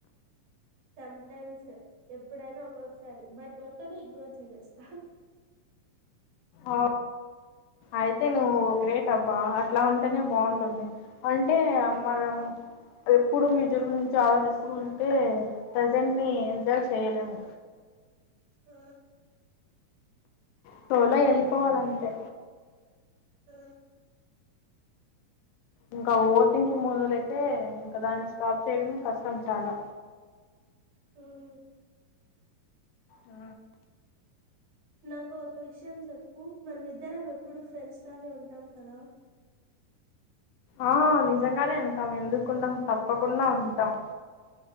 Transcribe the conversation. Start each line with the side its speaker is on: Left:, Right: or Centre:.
Right: సటైమ్స్ ఎప్పుడైనా ఒక్కొక్కసారి బట్ వెంటనే ఇగ్నోర్ చేసేస్త
Left: ఓ అయితే నువ్వు గ్రేట్ అబ్బా అట్లా ఉంటేనే బాగుంటుంది. అంటే మనం ఎప్పుడు ఫ్యూచర్ గురించి ఆలోచిస్తూ ఉంటే ప్రజెంట్ని ఎంజాయ్ చేయలేము
Right: ఆ
Left: ఫ్లోలో వెళ్ళిపోవాలంతే
Right: ఆ
Left: ఇంకా ఓవర్థింకింగ్ మొదలైతే ఇంక దాన్ని స్టాప్ చేయడమే కష్టం చాలా
Right: హ్మ్.
Left: ఆ
Right: నాకు ఒక విషయం చెప్పు మనమిద్దరం ఎప్పుడు ఫ్రెండ్స్ లాగే ఉంటాం కదా
Left: ఆ నిజంగానే ఉంటాం ఎందుకున్డం తప్పకుండా ఉంటాం